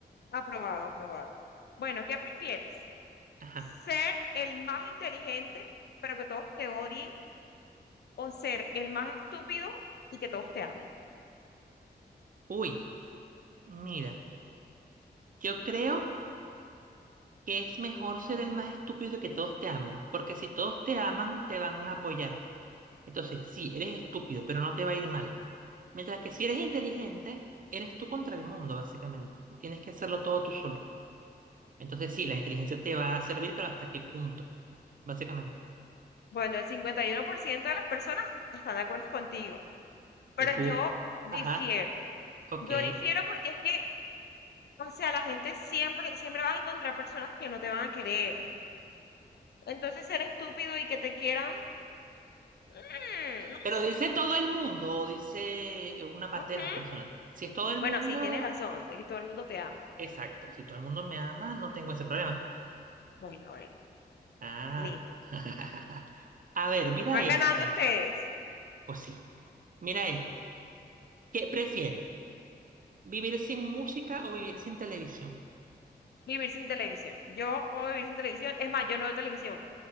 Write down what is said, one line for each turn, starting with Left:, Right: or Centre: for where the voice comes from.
Left: Aprobado, aprobado. Bueno, ¿qué prefieres?
Right: Ajá.
Left: ¿Ser el más inteligente, pero que todos te odien? ¿O ser el más estúpido y que todos te amen?
Right: Uy, mira, yo creo que es mejor ser el más estúpido que todos te amen, porque si todos te aman, te van a apoyar. Entonces, sí, eres estúpido, pero no te va a ir mal. Mientras que si eres inteligente, eres tú contra el mundo, básicamente. Y tienes que hacerlo todo tú solo. Entonces, sí, la inteligencia te va a servir, pero ¿hasta qué punto? Básicamente.
Left: Bueno, el cincuenta y uno por ciento de las personas están de acuerdo contigo, pero
Right: De tú.
Left: yo difiero.
Right: Ajá, ok.
Left: Yo difiero porque es que, o sea, la gente siempre, siempre vas a encontrar personas que no te van a querer. Entonces, ser estúpido y que te quieran, mm, no
Right: Pero
Left: sé.
Right: dice todo el mundo o dice una parte
Left: Ujú.
Right: de las personas. Si es todo el
Left: Bueno,
Right: mundo...
Left: sí, tienes razón, de que todo el mundo te ame.
Right: Exacto, si todo el mundo me ama, no tengo ese problema.
Left: Bueno, bueno,
Right: Ah.
Left: listo.
Right: <laughs> A ver, mira
Left: Van
Right: esta.
Left: ganando ustedes.
Right: Pues sí, mira esto, ¿Qué prefieres? ¿Vivir sin música o vivir sin televisión?
Left: Vivir sin televisión. Yo puedo vivir sin televisión. Es más, yo no veo televisión.